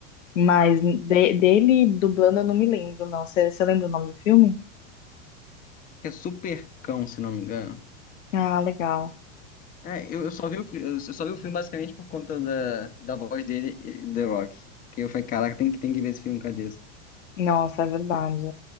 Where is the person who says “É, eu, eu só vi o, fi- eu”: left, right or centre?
Left